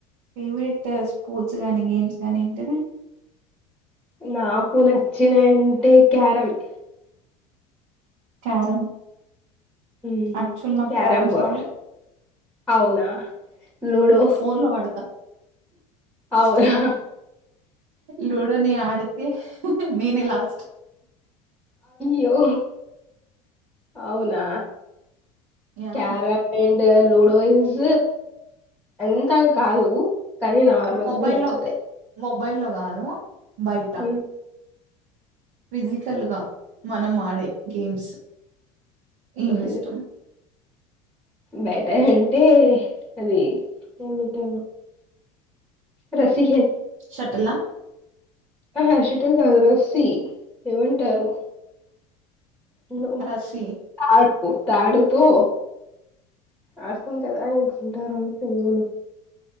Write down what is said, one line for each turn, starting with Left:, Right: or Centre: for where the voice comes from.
Right: ఫేవరెట్ స్పోర్ట్స్ గాని గేమ్స్ గానీ ఏంటినే
Centre: నాకు నచ్చిన అంటే క్యారంమ్
Right: కారంం
Centre: హ్మ్
Right: యాక్చువల్ నాకు
Centre: క్యారమ్
Right: క్యారమ్స్
Centre: బోర్డ్
Right: రాదు
Centre: అవునా లూడో
Right: ఫోన్ లో ఆడత
Centre: అవునా
Right: స లూడో నే ఆడితే నేనే లాస్ట్
Centre: య్యో అవునా
Right: యా
Centre: క్యారా <unintelligible> లూడో ఇస్ ఎంత కాదు కానీ నార్మల్గా
Right: మొబైల్లో
Centre: నచ్చుతాయి
Right: మొబైల్లో కాదు బయటా
Centre: హ్మ్.
Right: ఫిజికల్ గా మనం ఆడే గేమ్స్ ఏమి
Centre: ఫి
Right: ఇష్టం
Centre: బయట అంటే అది ఏమంటాడు రసి
Right: షటిల
Centre: హ్మ్ హు షటల్ కాదు రసి ఏమంటారు మ్మ్ మ్మ్
Right: రస్సీ
Centre: కాదు పు తాడుతో ఆడుకుంటారు కదాంటారు తె బ